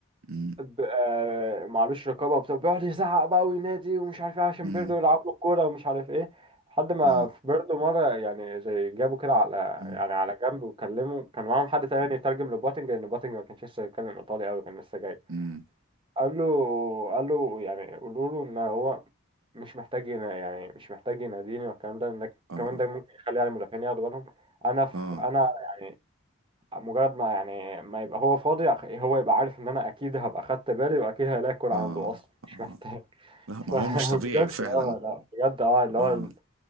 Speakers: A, on the right; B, on the right.
A: امم
B: ب- آه، معلوش رقابه وبتاع بيقعد يزعق بقى وينادي ومش عارف ايه عشان
A: امم
B: بيرلو يلعب له الكوره ومش عارف ايه لحد ما
A: امم
B: في بيرلو مره يعني زي جابه كده على
A: امم
B: يعني على جنب وكلمه كان معاهم حد تاني يترجم لبوتنج لان بوتنج ما كانش لسه يتكلم ايطالي قوي كان لسه جاي
A: امم
B: قال له قال له يعني قولوا له ان هو مش محتاج ينا- يعني مش محتاج يناديني والكلام ده انك
A: اه
B: كمان ده ممكن يخلي يعني المدافعين ياخدوا بالهم انا في
A: اه
B: انا يعني مجرد ما يعني ما يبقى هو فاضي هو يبقى عارف ان انا اكيد هبقى خدت بالي واكيد هلاقي عنده
A: اه
B: اصلا
A: اه
B: مش محتاج
A: لا
B: <laughs>
A: ما
B: فبجد
A: هو مش طبيعي فعلا
B: اه لا بجد اه اللي
A: اه
B: هو ال-